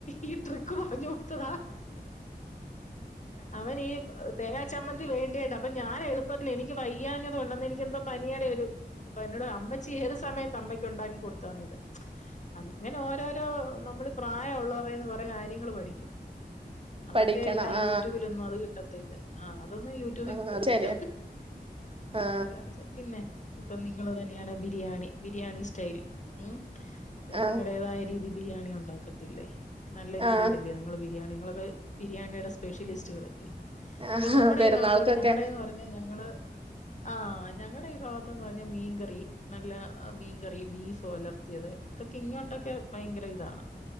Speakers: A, on the left; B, on the right.
A: ഈ ട്രിക്ക് പറഞ്ഞ കൊടു ത്തതാ. അവന ഈ തേങ്ങാ ചമ്മന്തി വേണ്ടിയ ഡ അപ്പൊ ഞാൻ എളുപ്പത്തില് എനിക്ക് വയ്യാഞ്ഞതു ഉണ്ടെന്ന് എനിക്ക് എന്തോ പനിയുടെ ഒരു അപ്പൊ എന്നോട് അമ്മച്ചീ ഏത് സമയത്ത് അമ്മയ്ക്ക് ഒണ്ടാക്കി കൊടുത്തതി ഇത് അങ് അങ്ങനെ ഓരോരോ നമ്മള് പ്രായം ഒള്ളറയ്യ്ന്ന് കൊറെ കാര്യങ്ങള് പഠിക്കും. അതൊക്കെ
B: പഠിക്കണം
A: എല്ലാം
B: ആ
A: യൂട്യൂബിലൊന്നും അത് കിട്ടത്തില്ല അഹ് അതൊന്നും യൂ റ്റുബി
B: ആ
A: കിട്ടത്തില്ല.
B: അത് ശരിയാ ആ
A: അങ്ങനെ കൊറച്ച് പിന്നെ ഇപ്പം നിങ്ങള് തന്നെയാണ് ബിരിയാണി ബിരിയാണി സ്റ്റൈൽ ഉം
B: ആ
A: നിങ്ങളടേതായ രീതി ബിരിയാണി ഉണ്ടാക്കത്തില്ലേ നല്ല രീതിയിലല്ലേ
B: ആ
A: നിങ്ങള് ബിരിയാണി നിങ്ങളത് ബിരിയാണിയുടെ സ്പെഷ്യലിസ്റ്റുകളല്ലേ.
B: ആഹാ
A: ഇപ്പൊ നമ്മുടെ
B: പെരുന്നാൾക്കൊക്കെ
A: ഈ ഭാഗത്തോട്ട് ഞങ്ങളുടെന്ന് പറഞ്ഞാ ഞങ്ങള് ആഹ് ഞങ്ങടെ ഈ ഭാഗത്തന്ന് പറഞ്ഞ മീൻകറി നല്ല മീൻകറി ബീഫോ ഒലർത്തിയത് ഇതൊക്കെ ഇങ്ങോട്ടൊക്കെ ഭയങ്കര ഇതാണ്.